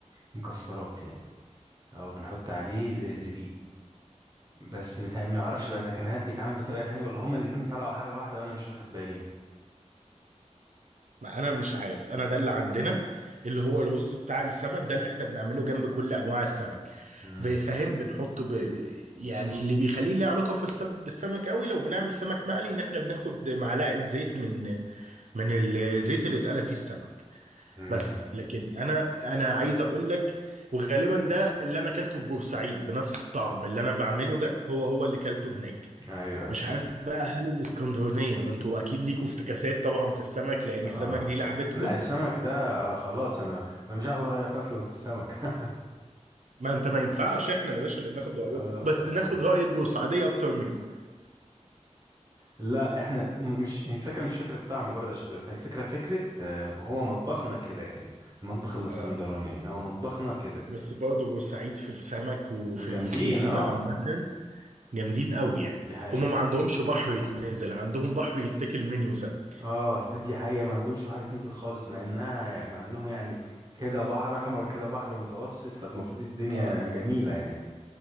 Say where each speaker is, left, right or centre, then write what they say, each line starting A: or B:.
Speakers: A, on the right; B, on the right.
A: مكسرات يعني أو بنحط عليه ز- زبيب بس بتا... ما أعرفش بقى إذا كان هاد بيتعمل بطريقة تانية ولا هما الاتنين طلعوا حاجة واحدة وأنا مش واخد بالي
B: ما انا مش عارف انا ده اللي عندنا اللي هو الرز بتاع السمك ده اللي احنا بنعمله جنب كل انواع السمك
A: مم.
B: ب- فاهم بنحطه ب... يعني اللي بيخليه له علاقه في السمك بالسمك قوي لو بنعمل سمك مقلي ان احنا بناخد معلقه زيت من من الزيت اللي اتقلى فيه السمك
A: مم.
B: بس لكن انا انا عايز اقول لك وغالبا ده اللي انا اكلته في بورسعيد بنفس الطعم اللي انا بعمله ده هو هو اللي اكلته هناك
A: ايوه أيوة.
B: مش عارف بقى هل الاسكندرانيه ما انتوا اكيد ليكوا افتكاسات طبعا في السمك لان السمك
A: اه
B: دي لعبتكم
A: لا السمك ده آه خلاص انا انا مش هاخد رايك اصلا في السمك <laughs>
B: ما انت ما ينفعش احنا يا باشا اللي بناخد رايكم
A: اه
B: بس
A: اه
B: ناخد راي البورسعيديه اكتر منكم
A: لا احنا م- مش الفكره مش فكره طعم برضه عشان تبقى فاهم الفكره فكره آه، هو مطبخنا كده يعني المطبخ الاسكندراني
B: اه
A: يعني هو مطبخنا كده
B: بس برضه بورسعيد في السمك وفي
A: جامدين
B: السي فود
A: اه
B: عامه جامدين قوي يعني
A: دي حقيقه
B: هم ما عندهمش بحر يتنزل عندهم بحر يتاكل منه سمك
A: اه في دي حقيقه ما عندهمش واحد يتنزل خالص مع انها يعني مع انهم يعني كده بحر احمر كده بحر متوسط فالمفروض الدنيا
B: اه
A: جميله يعني